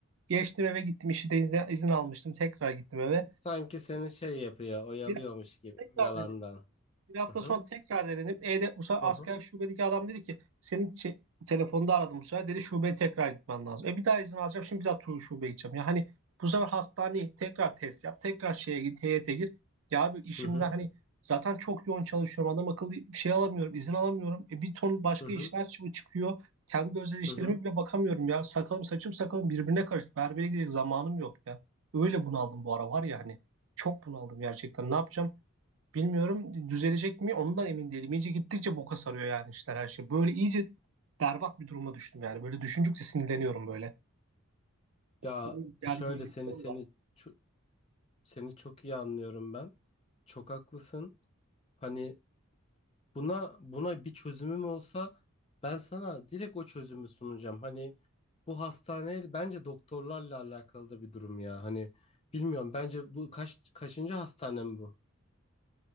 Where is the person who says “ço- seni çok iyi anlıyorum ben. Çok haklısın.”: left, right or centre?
Left